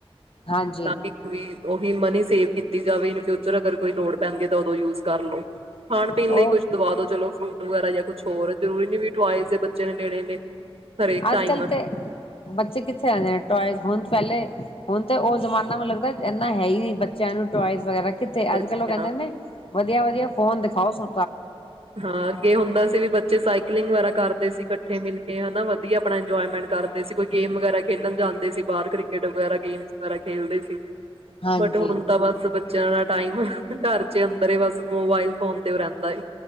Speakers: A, on the left (about 60°); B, on the right (about 70°).
A: ਹਾਂਜੀ
B: ਤ ਕਿ ਕੋਈ ਉਹੀ ਮਨੀ ਸੇਵ ਕੀਤੀ ਜਾਵੇ ਇਨ ਫਿਊਚਰ ਅਗਰ ਕੋਈ ਲੋੜ ਪੈਂਦੀ ਤਾਂ ਉਦੋਂ ਯੂਜ ਕਰ ਲੋ। ਖਾਣ-ਪੀਣ
A: ਉਹ
B: ਲਈ ਕੁਛ ਦਵਾ ਦੋ ਚਲੋ, ਫਰੂਟ ਗੁਬਾਰਾ ਯਾ ਕੁਛ ਹੋਰ ਜ਼ਰੁਰੀ ਨੀ ਵੀ ਟੋਇਜ ਦੇ ਬੱਚੇ ਨੇ ਲੇਣੇ ਨੇ। ਹਰੇਕ ਟਾਈਮ
A: ਅੱਜ -ਕੱਲ੍ਹ ਤੇ ਬੱਚੇ ਕਿੱਥੇ ਆਦੇ ਟੋਇਜ ਹੁਣ ਪਹਿਲੇ ਹੁਣ ਤੇ ਉਹ ਜ਼ਮਾਨਾ ਮੈਨੂੰ ਲੱਗਦਾ ਇਨਾ ਹੈ ਹੀ ਨੀ ਬੱਚਿਆਂ ਨੂੰ ਟੋਇਜ ਵਗੈਰਾ ਕਿੱਥੇ
B: ਹੋਰ
A: ਅੱਜ-ਕੱਲ
B: ਕਿਆ।
A: ਉਹ ਕਹਿੰਦੇ ਨੇ ਵਧੀਆ-ਵਧੀਆ ਫੋਨ ਦਿਖਾਓ ਸਾ।
B: ਹਾਂ ਅੱਗੇ ਹੁੰਦਾ ਸੀ ਵੀ ਬੱਚੇ ਸਾਈਕਲਿੰਗ ਵਗੈਰਾ ਕਰਦੇ ਸੀ ਇਕੱਠੇ ਮਿਲ ਕੇ ਹਨਾ। ਵਧਿਆ ਆਪਣਾ ਇੰਜੋਏਮੈਂਟ ਕਰਦੇ ਸੀ ਕੋਈ ਗੇਮ ਵਗੈਰਾ, ਖੇਡਣ ਜਾਂਦੇ ਸੀ, ਬਾਹਰ ਕ੍ਰਿਕਟ ਵਗੈਰਾ, ਗੇਮ ਵਗੈਰਾ ਖੇਡਦੇ ਸੀ।
A: ਹਾਂਜੀ
B: ਬਟ, ਹੁਣ ਤਾਂ ਬਸ ਚਿਆਨਾ ਟਾਈਮ ਘਰ ਚ ਅੰਦਰ ਈ ਬਸ ਮੋਬਾਇਲ ਫੋਨ ਤੇ ਔ ਰਹਿੰਦਾ ਏ।